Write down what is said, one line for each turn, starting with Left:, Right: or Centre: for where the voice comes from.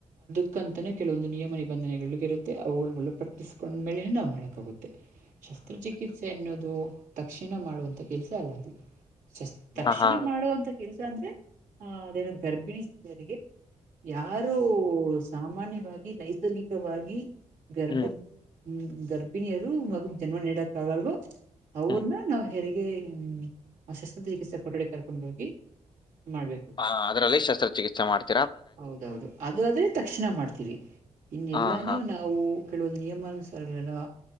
Right: ಕ್ಕಂತನ ಕೆಲವೊಂದು ನಿಯಮ ನಿಬಂಧನೆಗಳಗ ಇರುತ್ತೆ ಅವುಗಳು ಪಟ್ಟಿಸ್ಕೊಂಡ್ ಮೇಲೆನೆ ನಾ್ ಮಾಡಕಾಗುತ್ತೆ ಶಸ್ತ್ರಚಿಕಿತ್ಸೆ ಅನ್ನೋದು ತಕ್ಷಣ ಮಾಡುವಂಥ ಕೆಲ್ಸ ಅಲ್ಲ ಅದು ತಕ್ಷಣ
Left: ಹ ಹಾ
Right: ಮಾಡುವಂತ ಕೆಲ್ಸ ಅಂದ್ರೆ ಆ ಅದೇನ ಗರ್ಭಿಣಿಸರಿಗೆ ಯಾರು ಸಾಮಾನ್ಯವಾಗಿ ನೈಸರ್ಗಿಕವಾಗಿ ಗರ್ಭ
Left: ಹ್ಮ್
Right: ಹ್ಮ್ ಗರ್ಭಿಣಿಯರು ಮಗಗ್ ಜನ್ಮ ನೀಡಕ್ ಆಗಲ್ವ ಅವ್ರನ್ನ
Left: ಹ್ಮ್
Right: ನಾವ್ ಹೇಗೆ ಹ ಶಸ್ತ್ರ ಚಿಕಿತ್ಸೆ ಕೊಠಡಿ ಕರ್ಕೊಂಡು ಹೋಗಿ ಮಾಡ್ಬೇಕು
Left: ಹಾ ಅದ್ರಲ್ಲಿಷ್ಟಸ್ತ್ರ ಚಿಕಿತ್ಸ ಮಾಡ್ತಾರೆ
Right: ಹೌದೌದು ಅದು ಆದ್ರೆ ತಕ್ಷಣ ಮಾಡ್ತೀವಿ ಇನ್ನೆಲ್ಲಾನೂ
Left: ಹ ಹಾ
Right: ನಾವು ಕೆಲವೊಂದು ನಿಯಮಾನುಸಾರಗಳನ್ನು